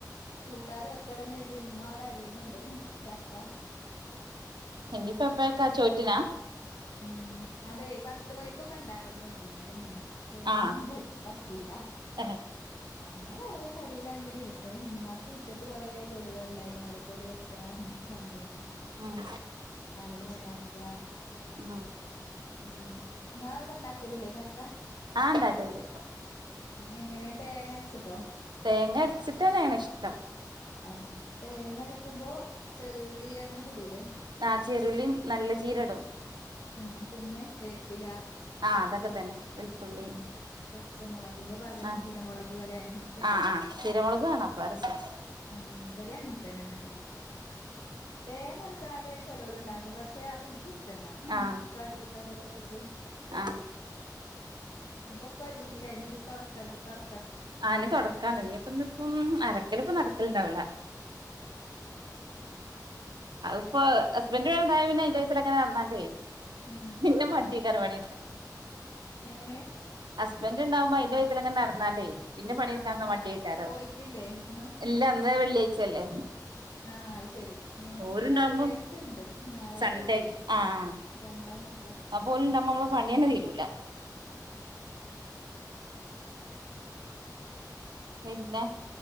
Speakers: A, on the left; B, on the right.
A: കൂട്ടാൻ വെക്കണംന്ന് കരുതി ഉമ്മ അവിടെ അരിയണ. <unintelligible> ചക്ക.
B: ഇനിപ്പോ എപ്പഴക്കാ ചോറ്റിനാ?
A: ഉം അതെ പത്ത് മണിക്കൊക്കെ ഉണ്ടാക്കണം എന്നും അതിന്റെ മുന്നേ പക്ഷെ
B: ആ
A: <unintelligible> പറ്റീല.
B: ഏ
A: അങ്ങനെ ഓരോ പടിൽ അങ്ങനെ ഇരുന്ന് ഉമ്മാക്ക് മുറ്റത്ത് കുറെ ജോലികൾ ഉണ്ടായിന് ഓലക്കോടി വെട്ട അങ്ങന സംഭങ്ങളും.
B: ഉം
A: അതൊരു വേരാക്കുക.
B: ഉം
A: ങ്ങനെ നിങ്ങടെ അവിടെണ്ടാ തരിലെ ചക്ക
B: ആ ഉണ്ടാക്കലുണ്ട്
A: എങ്ങനെയ തേങ്ങ ചുട്ടോ
B: തേങ്ങ അരച്ചിട്ട് തന്നെയാണ് ഇഷ്ടം
A: ആ തേങ്ങ അരക്കുമ്പോ ചെറിയഉള്ളി അങ്ങനെക്കെ ഇടൂല്ലേ
B: ആ ചെറുളി നല്ല ജീരകോം ഇടും
A: ആ പിന്നെ വേപ്പില
B: ആ അതൊക്കെ തന്നെ വെളുത്തുള്ളി
A: ഉം പച്ചമുളകിന്റെ പകരം
B: ആ
A: ചീനമുളക് അല്ലെ ഒക്കെല്ലേ
B: ആഹ് ആഹ് ചീരമുളക് വേണം അപ്പളാ രസം
A: ആ ഇവിടെ അങ്ങനെ തന്നെ ഉണ്ടാക്കല് തേങ്ങ- ക്ക അതെ ചിലവരു ഉണ്ടാക്കും പക്ഷെ അത്- ഇഷ്ടല്ല
B: ആഹ്
A: കടു കടു വറത്തട്ട്
B: ആഹ്
A: അപ്പൊ കൊരങ്ങയിലെ ഇനി തൊടക്കമിട്ട് തൊട
B: അതിന് തുടക്കാ തന്നെ ഇപ്പം. <unintelligible> ഇണ്ടാവില്ല. അതിപ്പോ ഹസ്ബൻഡ് <unintelligible> പിന്നെ <unintelligible> എങ്ങനെ നടന്നാണ്ടേ.
A: ആഹ്
B: എന്ന മട്ട <unintelligible>
A: എങ്ങനെ
B: ഹുസ്ബൻഡ് ഉണ്ടാവു അതില്. <unintelligible> വേണ്ടേ പിന്നെ
A: ആഹ്
B: പണിയെടുക്കാൻ
A: ന്നാ
B: മടിയെകാരം
A: പോയിട്ടില്ലേ ഇന്ന്
B: ല്ല ഇന്ന് വെള്ളിയാ ച്ചല്ലേ
A: ആഹ് ശരി ഞങ്ങക്ക്
B: ഓൽ
A: പിന്നെ
B: ഇണ്ടാവുമ്പോ
A: വെള്ളിയാഴ്ച ഇണ്ട് ഞായറാഴ്ച
B: സൺ‌ഡേ
A: ഒള്ളു ഒഴിവ്
B: ആഹ്
A: രണ്ട മാത്രം
B: അപ്പ ഒൽ ഇണ്ടാവുമ്പോ നമ്മളെ പണിയെന്നെ തീരുല്ല. പിന്നെ